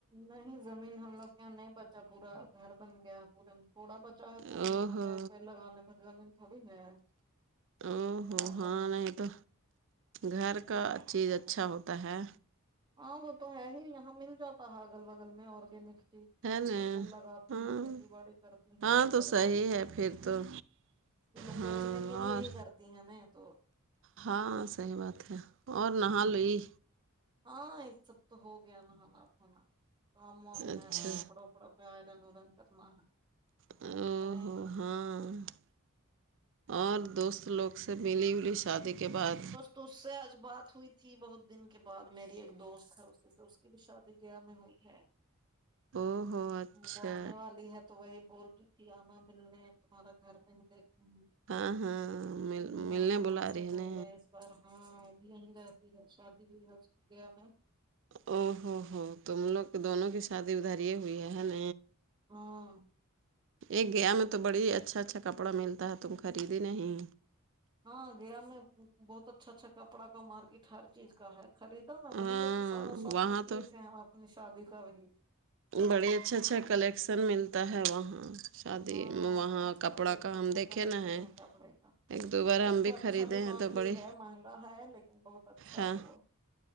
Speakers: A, on the right (about 20°); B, on the right (about 60°).
A: نہیں زمین ہم لوگ کے یہاں نہیں بچا پورا گھر بن گیا ہے پورے میں تھوڑا بچا ہے تو
B: او
A: اس میں مکائی
B: ہو
A: وکائی لگانے بھر زم تھوڑی ہے
B: او
A: ہوا
B: ہو ہاں
A: ہے ن
B: نہیں تو گھر کا چیز اچھا ہوتا ہے
A: ہاں وہ تو ہے ہی یہاں مل جاتا ہے اگل بغل میں آرگینک چیز
B: ہے نا
A: سب لوگ لگاتی
B: ہاں
A: ہیں کھیتی باڑی کرتی ہیں
B: ہاں
A: اگل
B: تو
A: بگل
B: صحیح
A: والی سبیتنی
B: ہے پھر تو
A: تو لوگ
B: ہاں
A: بیچنے کے لیے
B: اور
A: ہی کرتی ہیں نا تو
B: ہاں صحی بات ہے اور نہا لوئی
A: ہاں یہ سب تو ہو گیا ن ہوا بنا کام وام ہے
B: اچھا
A: بائی کپڑا وپا کڑا پ آئرن ورن کرنا ہے <unintelligible>
B: او
A: کریں
B: ہو
A: گے ہم
B: ہاں <unintelligible> اور دوست لوگ سے ملی ولی شادی کے بعد
A: تو اس سے آج بات ہوئی تھی بہت دن کے بعد میری ایک دوست ہے اس سے اس کی بھی شادی گیا میں ہوئی ہے <inaudible>
B: او ہو اچھا
A: وہ آنے والی ہے تو وہی بول رہی تھی آاما ملنے تمہارا گھر نہیں دیکھے ہیں
B: ہاں ہاں مل
A: تمیں
B: ملنے بلا
A: ہم سے
B: رہی ہے نا
A: پر ہاں بھی یہیں رہتی ہے شادی بھی ہو کی گیا میں
B: او ہوو ہو تم لوگ دونوں کی شادی ادھر یہ ہوئی ہے ن
A: ہاں
B: ایک گیا میں تو بڑی اچھا اچھا کپڑا ملتا ہے تم خریدی نہیں
A: ہاں گیا میں بہت اچھا اچھا کپڑا کا مارکیٹ ہر چیز کا ہے خریدا میں
B: ہاں
A: وہیں سے تو سارا شاپنگ
B: وہاں
A: کیے
B: تو
A: تھے ہم اپنی شادی کا بھی
B: بڑے اچھے اچھا کلیکشن ملتا ہے وہاں شادی
A: ہاں
B: میں وہاں کپڑا
A: کافی اچھا
B: کا ہم
A: اچھا
B: دیکھے
A: کلیکشن
B: نہا ہے
A: کپڑے کا
B: ایک دو بار ہم بھی
A: تو اچھا
B: خریدے
A: دکان
B: ہیں تو
A: بھی
B: بڑی
A: ہے مہنگا ہے لیکن بہت اچھا
B: ہاں
A: ہے وہ